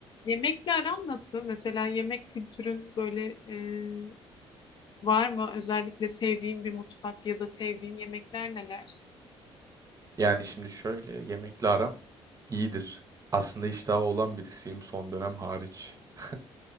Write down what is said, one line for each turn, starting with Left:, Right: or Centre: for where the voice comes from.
Left: Yemekle aran nasıl? Mesela yemek kültürün böyle e, var mı? Özellikle sevdiğin bir mutfak ya da sevdiğin yemekler neler?
Right: Yani şimdi şöyle yemekle aram iyidir. Aslında iştahı olan birisiyim son dönem hariç. <laughs>